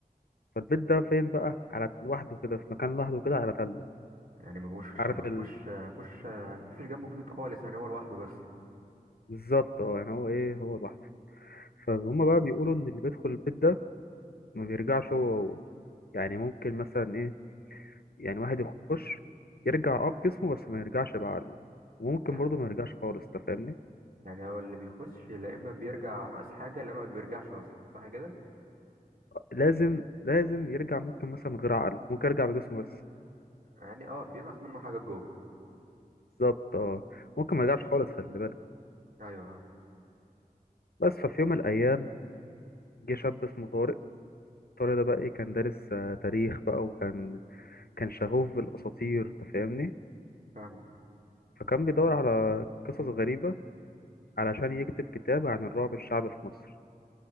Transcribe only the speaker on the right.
يعني مفهوش
مفهوش
مفهوش مفيش جنبه بيوت خالص يعني هو لوحده بس
يعني
يعني هو اللي بيخش لا اما بيرجع ناقص حاجة لا اما ما بيرجعش اصلا صح كده
يعني اه بينقص منه حاجة جوه
ايوه اه
فاهمك